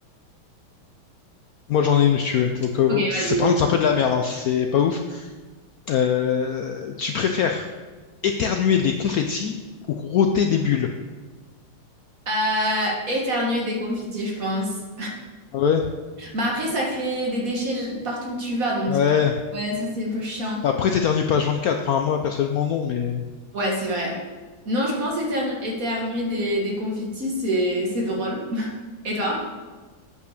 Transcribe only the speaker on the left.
Moi, j'en ai une, si tu veux. au cas où.
C'est,
par
contre, c'est un peu de la merde, hein. C'est pas ouf. Euh, tu préfères éternuer des confettis ou rôter des bulles?
Ah Ouais,
ouais.
Après, t'éternues pas quatre Enfin, moi, personnellement, non, mais.